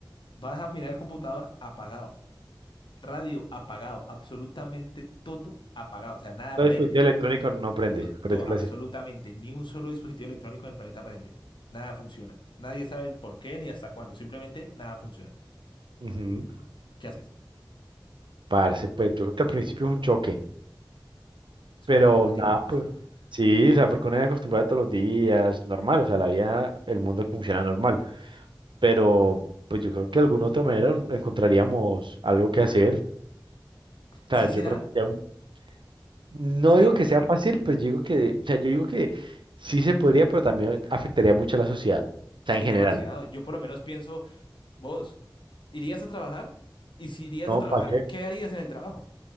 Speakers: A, on the left (about 70°); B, on the right (about 70°).
A: Vas a mirar el computador, apagado. radio apagado, absolutamente todo apagado, o sea, nada
B: Todo
A: prende,
B: el fuiteo electrónico no prende,
A: to-
B: por
A: to-
B: decirlo
A: absolutamente,
B: así.
A: ni un solo dispositivo electrónico en el planeta prende, nada funciona, nadie sabe el por qué ni hasta cuándo, simplemente nada funciona.
B: Ujú.
A: ¿Qué haces?
B: Parce, pues yo creo que al principio es un choque,
A: Es
B: pero
A: como traumático,
B: nada,
A: ¿no?
B: pues
A: <laughs>
B: sí, o sea, porque uno es acostumbrado todos los días, normal, o sea, la vida, el mundo funciona normal, pero pues yo creo que de alguna otra manera un- encontraríamos algo que hacer, o
A: Sí
B: sea, yo
A: será,
B: creo que ya un- no
A: es que
B: digo que sea fácil, pero yo digo que, o sea, yo digo que sí se podría, pero también afectaría mucho a la sociedad, o
A: es
B: sea, en
A: que
B: general,
A: es demasiado. Yo por lo menos pienso, vos, ¿irías a trabajar? Y si irías
B: ¿no?
A: a trabajar,
B: ¿Para qué?
A: ¿qué harías en el trabajo?